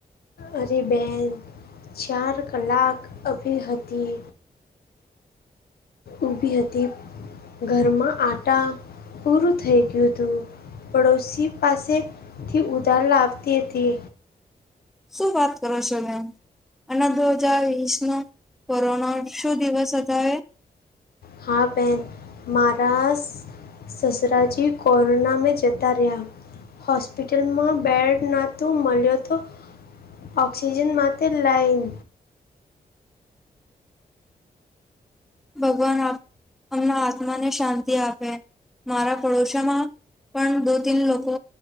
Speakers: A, on the left; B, in the centre.
A: અરે બેન ચાર કલાક ઊભી હતી. ઉભી હતી, ઘરમાં આટા પૂરું થઈ ગયું હતું. પડોશી પાસે થી ઉધાર લાવતી હતી.
B: શું વાત કરો છો, મેમ? અને દો હજાર વીસ નો કોરોના શું દિવસ હતો.
A: હા, બેન મારા. સસરાજી કોરોના મા જતા રહ્યા. હોસ્પિટલમાં બેડ ન મળ્યો તો. ઓક્સિજન માટે લાઇન.
B: ભગવાન અએમના આત્મા ને શાંતિ આપે. મારા પડોશામાં પણ દો-તીન લોકો